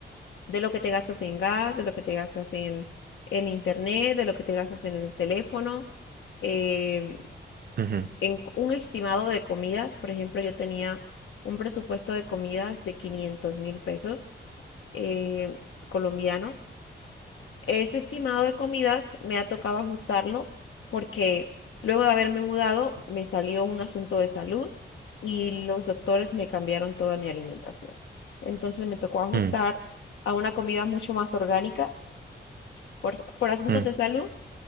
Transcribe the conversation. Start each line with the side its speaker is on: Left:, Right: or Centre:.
Left: de lo que te gastas en gas, de lo que te gastas en, en internet, de lo que te gastas en el teléfono, eh,
Right: Ujú,
Left: en un estimado de comidas. Por ejemplo, yo tenía un presupuesto de comidas de quinientos mil pesos eh, colombianos Ese estimado de comidas me ha tocado ajustarlo porque luego de haberme mudado me salió un asunto de salud y los doctores me cambiaron toda mi alimentación. Entonces me tocó ajustar
Right: mm,
Left: a una comida mucho más orgánica por, s- por asuntos
Right: mm, mm,
Left: de salud.